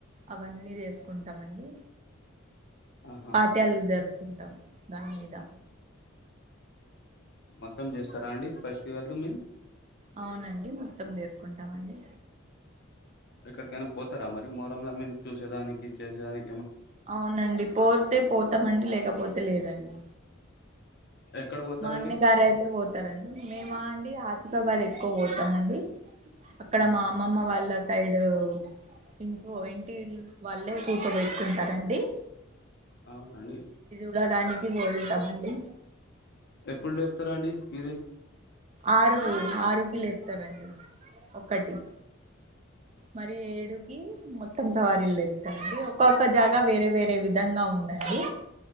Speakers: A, on the right; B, on the left.
A: అవన్నీ చేసుకుంటామండి
B: ఆహా
A: పాఠ్యాల్ జరుపుకుంటాం దాని మీద
B: మొత్తం చేస్తారా అండి ఫస్ట్ ఇయర్లు మీరు
A: అవునండి మొత్తం దేస్కుంటామండి.
B: ఎక్కడికైనా పోతారా మరి మొహరం లా మీరు చూసేదానికి చేసేదాని
A: అవునండి పోతే పోతామండి లేకపోతే లేదండి
B: ఎక్కడ పోతారండి
A: మా ఆయన గారు అయితే పోతారండి మేము అండి హసిఫాబాద్ ఎక్కువ పోతామండి. అక్కడ
B: ఆహా
A: మా అమ్మమ్మ వాళ్ల సైడు ఇంట్లో ఇంటిల్ వాళ్ళే కూసోబెట్కుంటారండి.
B: అవునండి
A: చూడడానికి వెళ్తామండి
B: ఎప్పుడు లేప్తారాండి పిరిల్
A: ఆరు ఆరుకి లేప్తారండి ఒకటి. మరి ఏడుకి మొత్తం సవారిల్ లేప్తారండి క్కొక్క జాగా వేరే వేరే విధంగా ఉందండి.